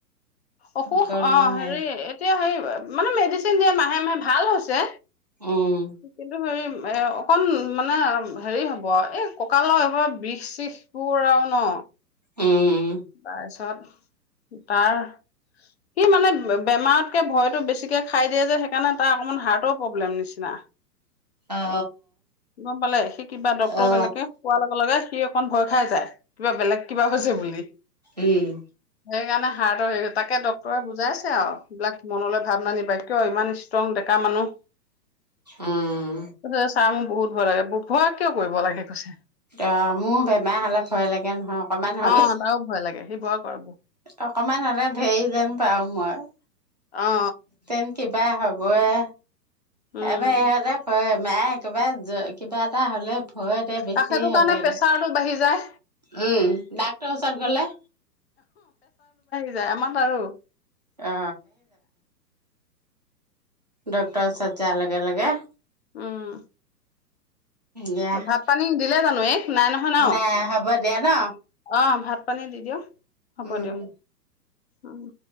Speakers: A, on the left; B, on the right.
A: অসুখ
B: গ'ল
A: অ
B: নে
A: হেৰি
B: নাই
A: এতিয়া হে, মানে মেডিচিন দিয়া মাহে মাহে ভাল হৈছে
B: উম
A: কিন্তু হয়ান অকণ মানে হেৰি হ'ব এই ককালত বিষ শিষ তোৰ আউ ন
B: উম
A: বাৰ চব উ তাৰ সি মানে বেমাৰতকে ভয়তটো বেছিকে খাই দিয়ে যে সেইকাৰণে তাৰ অকমান হাৰ্টৰ প্ৰব্লেম নিচিনা
B: অ
A: গম পালে সি কিবা ডক্টৰ
B: অ
A: কেনেকে কোৱাৰ লগে লগে সি অকন ভয় খাই যায় কিবা বেলেগ কিবা হৈছে বুলি।
B: উম
A: সেইকাৰণে হাৰ্টৰ হেৰি তাকে ডক্তৰে বুজাইছে আৰু এইবলাক মনলৈ ভাব নানিবা কিয় ইমান ষ্ট্ৰং ডেকা মানুহ।
B: উম
A: ত চাম বহুত ভয় লাগে ভয় কিয় কৰিব লাগে কৈছে
B: অ মোৰ বেমাৰ হলে ভয় লাগে নহয় অকমান
A: অ
B: হলে।
A: তাৰো ভয় লাগে সি ভয় কৰ
B: অকমান হলে ধেৰ যেন পাও মই
A: অ
B: তেন কিবা হ'ব এ
A: উম
B: এবাৰ এহঁতে ক মায় একেবাৰে কিবা এটা হ'লে হয় এতিয়া বেছি
A: আৰু সেইটো
B: হৈ
A: কাৰণে
B: যায়গ
A: প্ৰেছাৰটো
B: উম
A: বাঢ়ি যায়
B: ডাকটৰ ওচৰত গলে।
A: যেযা আমাৰ বাৰু
B: অ ডকটৰ চজ অলগা অলগে
A: উম
B: দিয়া
A: ভাত পানী দিলে জানো এক নাই নহয় ন
B: নাই হ'ব দিয়া ন
A: অ ভাত তানে দিদও হ'ব
B: উম
A: দিয়। আহ